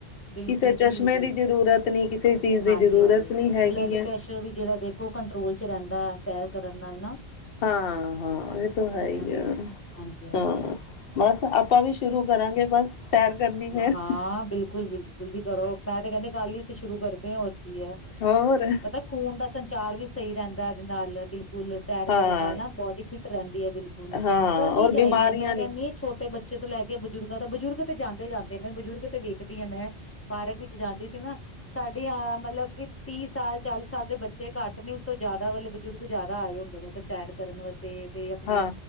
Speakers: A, on the left (about 20°); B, on the left (about 65°).
A: ਬਿਲਕੁਲ
B: ਕਿਸੇ ਚਸ਼ਮੇ
A: ਜੀ ਬਿਲਕੁਲ
B: ਦੀ ਜ਼ਰੂਰਤ ਨੀ ਕਿਸੇ ਚੀਜ਼ ਦੀ
A: ਹਾਂਜੀ
B: ਜ਼ਰੂਰਤ
A: ਹਾਂਜੀ
B: ਨੀ ਹੈਗੀ
A: ਬਲੱਡ
B: ਹੈ।
A: ਪ੍ਰੈਸ਼ਰ ਵੀ ਜੇੜਾ ਦੇਖ ਓ ਕੰਟਰੋਲ 'ਚ ਰੈਂਦਾ ਸੈਰ ਕਰਨ ਨਾਲ ਨਾ।
B: ਹਾਂ-ਹਾਂ ਇਹ
A: ਹਾਂ
B: ਤੋ ਹੈ ਹੀ
A: ਇਹ ਵੀ
B: ਐ
A: ਹੋ ਹਾਂਜੀ ਹਾਂਜੀ
B: ਹਾਂ। ਬਸ ਆਪਾਂ ਵੀ ਸ਼ੁਰੂ ਕਰਾਂਗੇ ਬਸ ਸੈਰ ਕਰਨੀ ਫੇਰ
A: ਹਾਂ ਬਿਲਕੁਲ-ਬਿਲਕੁਲ ਜੀ ਕਰੋ ਮੈਂ ਤੇ ਕ ਕੈਂਦੀ ਕੱਲ ਹੀ ਅਸੀ ਸ਼ੁਰੂ ਕਰਦੇ ਹੋਰ ਕੀ ਹੈ
B: ਹੋਰ
A: ਪਤਾ ਖੂਨ ਦਾ ਸੰਚਾਰ ਵੀ ਸਈ ਰੈਂਦਾ ਇਹਦੇ ਨਾਲ ਬਿਲਕੁ ਬਿਲਕੁਲ ਸੈਰ
B: ਹਾਂ
A: ਕਰਨ ਨਾਲ ਨਾ ਬੋਡੀ ਫਿਟ ਰਹਿੰਦੀ ਹੈ ਬਿਲਕੁਲ
B: ਹਾਂ
A: ਕਰਨੀ
B: ਹੋਰ
A: ਚਾਹੀਦੀ
B: ਬਿਮਾਰੀਆਂ
A: ਹੈ ਮੈਂ ਕੈਂਣੀ।
B: ਨੀ
A: ਛੋਟੇ ਬੱਚੇ ਤੋਂ ਲੈ ਕੇ ਬਜ਼ੁਰਗਾਂ ਤਕ ਬਜ਼ੁਰਗ ਤੇ ਜਾਂਦੇ- ਜਾਂਦੇ ਮੈਂ ਬਜ਼ੁਰਗ ਤੇ ਵੇਖਦੀ ਹਾਂ ਮੈਂ ਪਾਰਕ ਵਿੱਚ ਜਾਂਦੀ ਸੀ ਨਾ। ਸਾਡੀ ਅਹ ਮਤਲਬ ਕਿ ਤੀਹ ਸਾਲ ਚਾਲੀ ਸਾਲ ਦੇ ਬੱਚੇ ਘੱਟ ਨੇ ਉਸ ਤੋਂ ਜਾਦਾ ਵਾਲੇ ਬਜ਼ੁਰਗ ਜਾਦਾ ਆਏ ਹੁੰਦੇ ਨੇ ਉਥੇ ਸੈਰ ਕਰਨ ਵਾਸੇ ਤੇ ਅਪਣੀ
B: ਹਾਂ